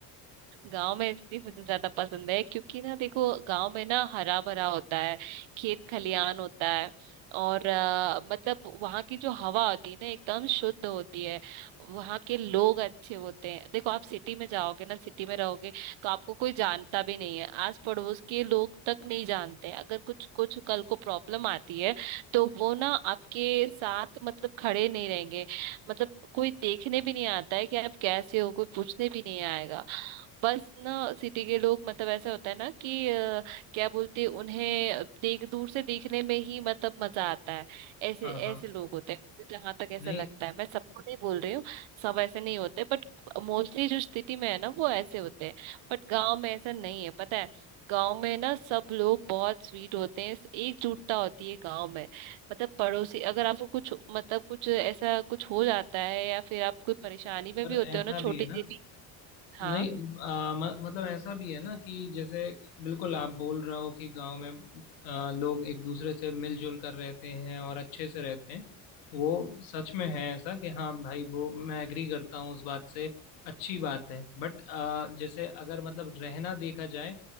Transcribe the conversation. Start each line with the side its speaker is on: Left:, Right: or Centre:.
Right: गांव में इसलिए मुझे ज्यादा पसंद है क्योंकि ना देखो गांव में ना हरा भरा होता है खेत खलियान होता है और अ, मतलब वहाँ की जो हवा होती है ना एकदम शुद्ध होती है वहाँ के लोग अच्छे होते हैं देखो आप सिटी में जाओगे ना सिटी में रहोगे तो आपको कोई जानता भी नहीं है आस पड़ोस के लोग तक नहीं जानते हैं अगर कुछ कुछ कल को प्रॉब्लम आती है तो वो ना आपके साथ मतलब खड़े नहीं रहेंगे मतलब कोई देखने भी नहीं आता है कि आप कैसे हो कोई पूछने भी नहीं आएगा बस ना सिटी के लोग मतलब ऐसा होता है ना कि अ, क्या बोलते हैं उन्हें देख दूर से देखने में ही मतलब मजा आता है ऐसे
Left: हाँ हाँ
Right: ऐसे लोग होते हैं जहां तक ऐसा
Left: नहीं
Right: लगता है मैं सबको नहीं बोल रही हूँ सब ऐसे नहीं होते बट मोस्टली जो सिटी में है ना वो ऐसे होते हैं बट गांव में ऐसा नहीं है पता है गांव में ना सब लोग बहुत स्वीट होते हैं एकजुटता होती है गांव में मतलब पड़ोसी अगर आपको कुछ मतलब कुछ ऐसा कुछ हो जाता है या फिर आप कोई परेशानी में
Left: पर
Right: भी होते
Left: ऐसा
Right: हो ना छोटी
Left: भी है
Right: सी
Left: ना
Right: भी हाँ
Left: नहीं आ, म, मतलब ऐसा भी है ना कि जैसे बिल्कुल आप बोल रहे हो कि गांव में आ, लोग एक दूसरे से मिलजुल कर रहते हैं और अच्छे से रहते हैं वो सच में है ऐसा कि हाँ भाई वो मैं एग्री करता हूँ उस बात से अच्छी बात है बट आ, जैसे अगर मतलब रहना देखा जाए